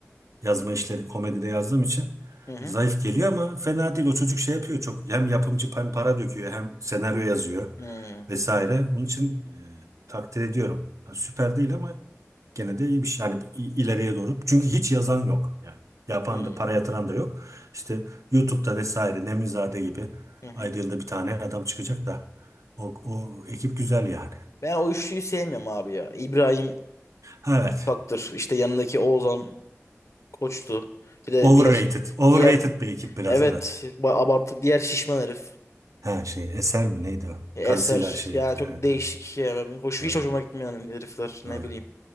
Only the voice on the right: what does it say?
Yazma işleri komedide yazdığım için
zayıf geliyor ama fena değil. O çocuk şey yapıyor çok. Hem yapımcı hem para döküyor hem senaryo yazıyor
vesaire. Onun için e, takdir ediyorum. Ha, süper değil ama gene de iyi bir şey. Yani i- ileriye doğru. Çünkü hiç yazan yok. Yani yapan
da para yatıran da yok. İşte YouTube'da vesaire Nemizade gibi
ayda yılda bir tane adam çıkacak da o, o ekip güzel yani.
Ha, Evet.
Overrated.
Overrated
bir ekip biraz
evet.
Ha şey Eser mi neydi o?
Karısıyla şey
yapıyor.
Evet
evet.
Doğru.
Doğru.